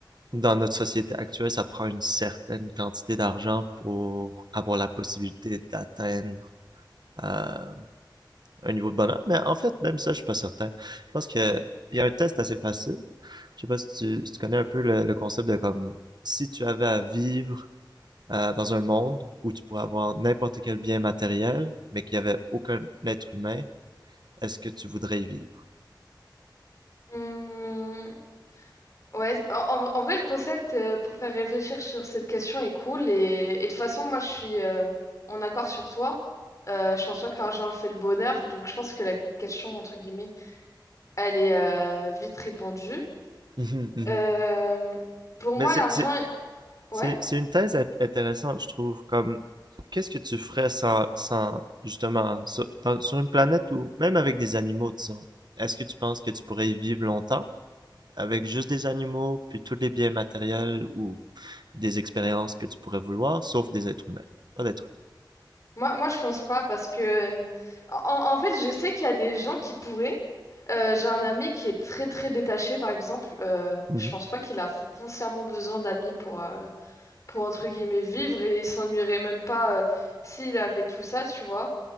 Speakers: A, on the right; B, on the left.
A: dans notre société actuelle, ça prend une certaine quantité d'argent pour avoir la possibilité d'atteindre euh, un niveau de bonheur. Mais en fait, même ça, je suis pas certain. Je pense que il y a un test assez facile. Je sais pas si tu, si tu connais un peu le, le concept de comme si tu avais à vivre euh, dans un monde où tu pourrais avoir n'importe quel bien matériel, mais qu'il n'y avait aucun être humain, est-ce que tu voudrais y vivre?
B: Hmm, Ouais, en, en vrai, en vrai, le concept euh, pour faire réfléchir sur cette question est cool. Et, et de toute façon, moi, je suis euh, en accord sur toi. Euh, je pense pas que l'argent fait le bonheur. Donc, je pense que la question, entre guillemets, elle est euh, vite répondue.
A: Mhm. Mhm.
B: Euh, pour
A: Mais
B: moi,
A: c'est,
B: l'argent,
A: c'est,
B: ouais.
A: c'est, c'est une thèse intéressante, je trouve, comme qu'est-ce que tu ferais sans, sans justement, sur, dans- sur une planète où, même avec des animaux, disons, est-ce que tu penses que tu pourrais y vivre longtemps avec juste des animaux, puis tous les biens matériels ou des expériences que tu pourrais vouloir, sauf des êtres humains, pas d'êtres
B: Moi, moi, je pense pas parce que, euh, en, en fait, je sais qu'il y a des gens qui pourraient. Euh, j'ai un ami qui est très, très détaché, par exemple. Euh,
A: humains.
B: je pense
A: Mhm.
B: pas qu'il a foncièrement besoin d'amis pour, euh, pour entre guillemets vivre et il s'ennuierait même pas euh, s'il avait tout ça, tu vois.